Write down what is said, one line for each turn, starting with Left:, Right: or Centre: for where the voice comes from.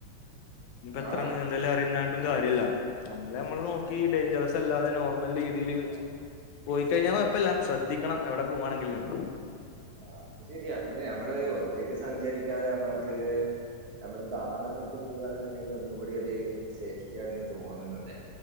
Left: ഞ്ഞ്പ്പെത്രെ
Right: ആഹ്
Left: നേ എല്ലാം അറിയ്ന്നാണ്ടും കാര്യല്ല നമ്മള് നമ്മളെ നോക്കി ഡേയ്ഞ്ചെറസല്ലാതെ നോർമൽ രീതീല് പോയിക്കയ്ഞ്ഞാ കാെയപ്പല്ല ശ്രദ്ധിക്കണം എവടെ പോവാണെങ്കിലും
Right: ആഹ് അത് ശെരിയാ അതിന് നമ്മള് ഒറ്റക്ക് സഞ്ചരിക്കാതെ അമ്മൾക്ക് നമ്മള് കാറൊക്കെട്ത്ത് പോവാണ്ന്ന്ണ്ടെങ്കി ഒന്നും കൂടി ഒര് സേഫ് റ്റ്യാങ്ങ് തോന്നണംലേ